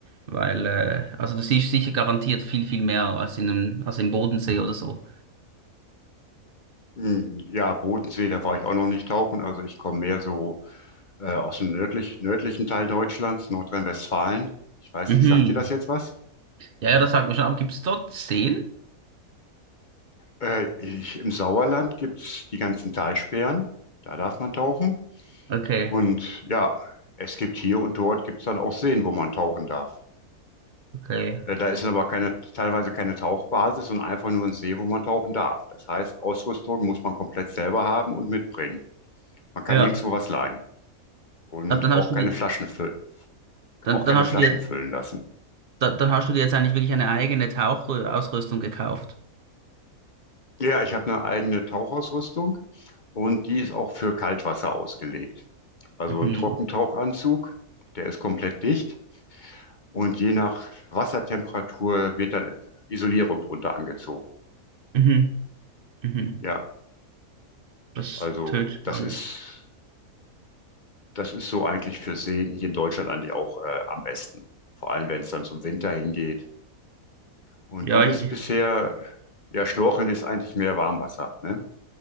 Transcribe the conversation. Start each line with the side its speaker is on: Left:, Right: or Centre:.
Right: weil äh, also du siehst sicher garantiert viel, viel mehr als in einem, als im Bodensee oder so.
Left: Hm, Ja, Bodensee, da war ich auch noch nicht tauchen. Also ich komme mehr so äh, aus dem nördlich, nördlichen Teil Deutschlands, Nordrhein-Westfalen. Ich weiß
Right: Mhm.
Left: nicht, sagt dir das jetzt was?
Right: Ja, ja, das sagt man schon, aber gibt es dort Seen?
Left: Äh, ich, im Sauerland gibt's die ganzen Talsperren, da darf man tauchen.
Right: Okay,
Left: Und ja, es gibt hier und dort gibt's dann auch Seen, wo man tauchen darf.
Right: okay.
Left: Äh, da ist aber keine, teilweise keine Tauchbasis, sondern einfach nur ein See, wo man tauchen darf. Das heißt, Ausrüstung muss man komplett selber haben und mitbringen. Man kann
Right: Ja,
Left: nirgendwo was leihen und
Right: Ah, dann
Left: auch
Right: hast
Left: keine
Right: du dir,
Left: Flaschen füllen,
Right: dann,
Left: auch keine
Right: dann hast
Left: Flaschen
Right: du dir,
Left: füllen lassen.
Right: dann, dann hast du dir jetzt eigentlich wirklich eine eigene Tauchausrüstung gekauft.
Left: Ja, ich habe eine eigene Tauchausrüstung und die ist auch für Kaltwasser ausgelegt. Also
Right: Mhm.
Left: ein Trockentauchanzug, der ist komplett dicht. Und je nach Wassertemperatur wird dann Isolierung drunter angezogen.
Right: Mhm. Mhm.
Left: Ja,
Right: Das ist
Left: also
Right: total spannend.
Left: das ist, das ist so eigentlich für Seen hier in Deutschland eigentlich auch äh, am besten. Vor allem, wenn es dann zum Winter hingeht. Und
Right: Ja,
Left: du bist
Right: ich,
Left: bisher, ja, Schnorcheln ist eigentlich mehr Warmwasser, ne?